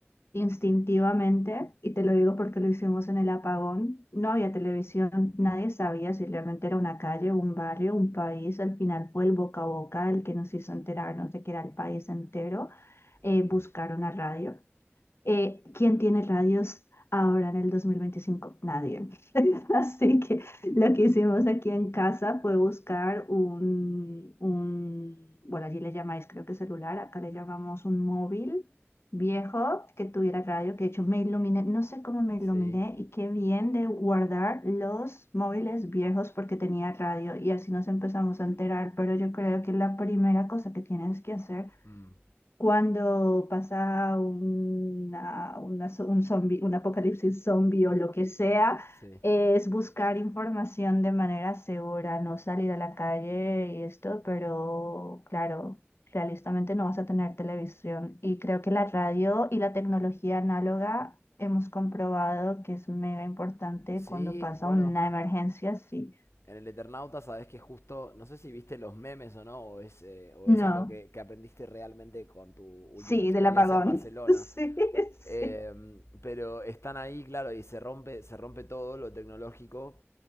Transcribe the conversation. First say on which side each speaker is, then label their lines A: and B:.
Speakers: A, on the left; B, on the left.
A: instintivamente, y te lo digo porque lo hicimos en el apagón, no había televisión, nadie sabía si realmente era una calle, un barrio, un país, al final fue el boca a boca el que nos hizo enterarnos de que era el país entero, eh,
B: mm,
A: buscar
B: mm.
A: una radio. Eh, ¿quién tiene radios ahora en el 2025? Nadie. <laughs> Así que lo que hicimos aquí en casa fue buscar un, un, bueno, allí le llamáis creo que celular, acá le llamamos un móvil viejo que tuviera radio, que de hecho me iluminé, no sé cómo me
B: sí,
A: iluminé y qué bien de guardar los móviles viejos porque tenía radio y así nos empezamos a enterar, pero yo creo que la primera cosa que tienes que hacer
B: mm,
A: cuando pasa una, una zo- un zombi- un apocalipsis zombie o lo que sea,
B: sí.
A: es buscar información de manera segura, no salir a la calle y esto, pero claro, realistamente no vas a tener televisión. Y creo que la radio y la tecnología análoga hemos comprobado que es mega importante
B: Sí,
A: cuando pasa
B: bueno,
A: una emergencia así.
B: En el Eternauta sabes que justo, no sé si viste los memes o no, o es, eh, o
A: No,
B: es algo que, que aprendiste realmente con tu última
A: sí,
B: experiencia
A: del apagón.
B: en Barcelona.
A: <laughs> Sí, sí.
B: Eh, pero están ahí, claro, y se rompe, se rompe todo lo tecnológico,